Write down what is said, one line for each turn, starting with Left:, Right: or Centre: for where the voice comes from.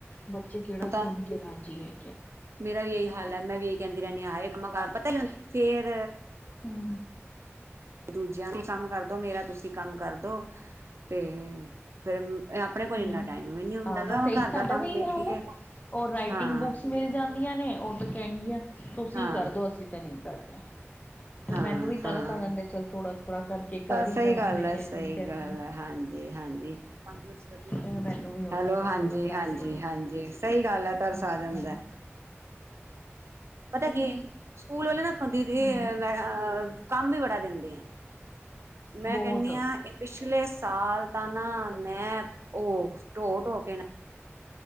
Left: ਬੱਚੇ ਕਿਹੜਾ ਸੁਣ
Right: ਤਾਂ
Left: ਕੇ ਰਾਜੀ ਹੈ
Right: ਮੇਰਾ ਵੀ ਇਹੀ ਹਾਲ ਹੈ ਮੈਂ, ਵੀ ਇਹੀ ਕਹਿੰਦੀ ਰਹਿੰਦੀ ਆ। ਹ ਇਹ ਕਮਾ ਕਾਰ ਪਤਾ ਹੀ ਹ ਫੇਰ
Left: ਹੂ <unintelligible>
Right: ਦੂਜਿਆਂ ਵੀ, ਕੰਮ ਕਰਦੋ ਮੇਰਾ ਤੁਸੀਂ ਕੰਮ ਕਰਦੋ ਤੇ, ਫੇਰ ਆਪਣੇ ਕੋਲ
Left: ਹੂੰ
Right: ਇੰਨਾ ਟਾਈਮ ਨੀ ਹੁੰਦਾ,
Left: ਹਾਂ
Right: ਵ
Left: ਬਸ
Right: ਹੁਣ
Left: ਇਹੀ
Right: ਘਰ ਦਾ
Left: ਸਾਡਾ
Right: ਕੰਮ
Left: ਵੀ
Right: ਦੇਖੀਏ।
Left: ਇਹੀ ਹਾਲ ਹੈ। ਉਹ ਰਾਈਟਿੰਗ
Right: ਹਾਂ
Left: ਬੁੱਕਸ ਮਿਲ ਜਾਂਦੀਆਂ ਨੇ ਉਹ। ਕਹਿ ਦੀਆ ਤੁਸੀਂ
Right: ਹਾਂ
Left: ਕਰਦੋ, ਅਸੀਂ ਤੇ ਨਹੀਂ ਕਰਦੇ। ਫਿਰ
Right: ਹਾਂ
Left: ਮੈਨੂੰ ਵੀ
Right: ਹਾਂ
Left: ਤਰਸ ਆ ਜਾਂਦਾ ਚਲ ਥੋੜਾ-ਥੋੜਾ ਕਰ।
Right: ਤਾਂ
Left: ਹੀ
Right: ਸਹੀ
Left: ਦੇਵਾਂ
Right: ਗੱਲ
Left: ਮੈਂ
Right: ਹੈ
Left: ਕਹਿ
Right: ਸਹੀ
Left: ਰਹੀ ਕਹਿੰਦੀ
Right: ਗੱਲ
Left: ਹਾਂ।
Right: ਹੈ ਹਾਂਜੀ-ਹਾਂਜੀ ਪੰਜ ਮਿੰਟ।
Left: ਫਿਰ ਮੈਨੂੰ ਵੀ ਹੋ
Right: ਹੈਲੋ
Left: ਜਾਂਦਾ
Right: ਹਾਂਜੀ-ਹਾਂਜੀ-ਹਾਂਜੀ,
Left: ਚਲੋ ਕਰ ਲਈਏ
Right: ਸਹੀ ਗੱਲ ਹੈ ਤਰਸ
Left: ਹਾਂ
Right: ਆ ਜਾਂਦਾ।
Left: ਹਨਾ
Right: ਪਤਾ ਕੀ ਸਕੂਲ ਵਾਲੇ ਨਾ ਕਦੀ।
Left: ਹੂੰ
Right: ਅ ਕੰਮ ਵੀ ਬੜਾ ਦਿੰਦੇ ਆ, ਮੈਂ
Left: ਬਹੁਤ
Right: ਕਹਿੰਦੀ ਹਾਂ। ਪਿਛਲੇ ਸਾਲ ਤਾਂ ਨਾ ਮੈਂ ਉਹ ਢੋ-ਢੋ ਕੇ ਨਾ।